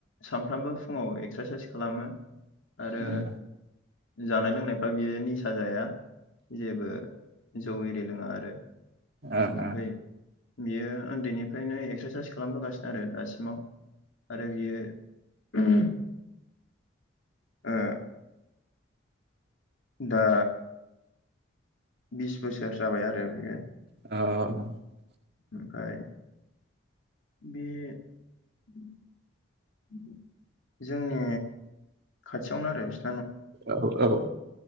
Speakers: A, on the left (about 80°); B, on the right (about 55°).
A: सामफ्रामबो फुङाव एक्सारसाइस खालामो आरो
B: उम उम
A: जानाय लोंनायफ्रा बियो निसा जाया जेबो जौ एरि लोङा आरो
B: ओ
A: ओमफ्राय
B: ओ
A: बियो उन्दैनिफ्रायनो एक्सारसाइस खालामबोगासिनो आरो दासिमाव आरो बियो उम ओ दा बिस बोसोर जाबाय आरो बेयो
B: अ अ अ
A: ओमफ्राय बे उ उ जोंनि खाथियावनो आरो बिस
B: औ औ औ